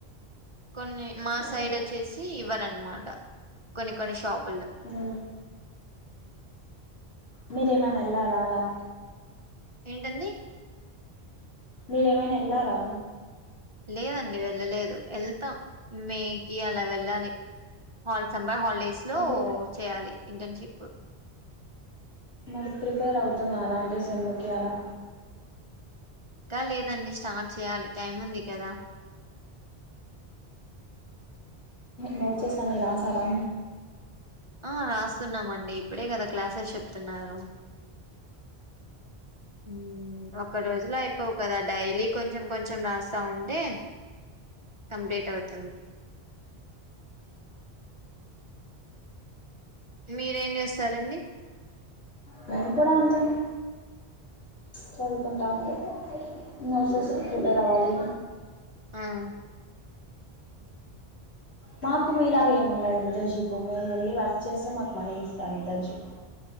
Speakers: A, on the right; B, on the left.
A: కొన్ని మా
B: హ్మ్
A: సైడ్ వచ్చేసి ఇవ్వరన్నమాట కొన్ని కొన్ని షాప్.
B: ఉమ్ మీరేమైనా వెళ్లారా అలా.
A: ఏంటండీ.
B: మీరేమైనా వెళ్ళారా.
A: లేదండి వెళ్ళలేదు వెళ్తాం. మే కి అలా వెళ్ళాలి. హల్ సమ్మర్ హాలిడేస్ లో
B: అంటే
A: చేయాలి ఇంటర్న్షిప్.
B: మరి ప్రిపేర్ అవుతున్నారా అంటే సేమ్ కి అలా
A: ఇంకా లేదండి స్టార్ట్ చేయాలి. టైం ఉంది కదా.
B: నోట్స్స్ అన్ని రాశారా.
A: ఆహ్ రాస్తున్నామండి ఇప్పుడే కదా క్లాసెస్ చెప్. తిన్నారో ఉమ్ ఒకరోజు. అందులో అయిపోవు కదా డైలీ కొంచెం కొంచెం రాస్తా ఉంటే. కంప్లీట్ అవుతుంది. మీరేం చేస్తారండి.
B: మేము కూడా అంతేండి చదువుకుంటా ఉంటాం. ఉమ్ ప్రాసెస్ ఉత్తిగనే రావాలి.
A: ఆహ్.
B: మాకు మీలాగ ఏముండదు ఇంటర్న్షిప్ మేము వెళ్ళి వర్క్ చేస్తే మాకు మనీ ఇస్తారు ఇంటర్న్షిప్.